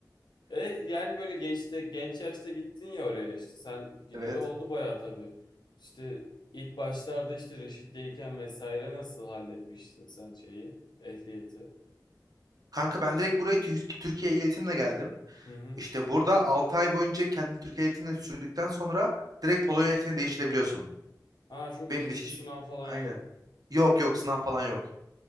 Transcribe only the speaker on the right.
Evet.
Kanka ben direkt buraya Tür- Türkiye ehliyetimle geldim.
İşte burada 6 ay boyunca kendi Türkiye ehliyetini sürdükten sonra direkt Polonya ehliyetini değiştirebiliyorsun.
Benim
de işte-
aynen.
Yok yok sınav falan yok.